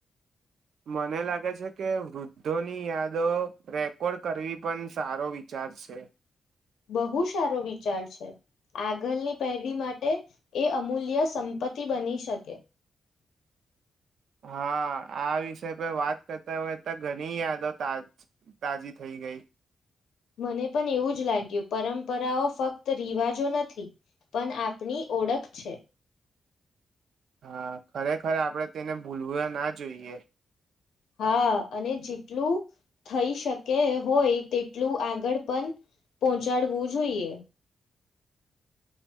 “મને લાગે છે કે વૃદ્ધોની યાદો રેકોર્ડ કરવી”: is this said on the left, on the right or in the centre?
Right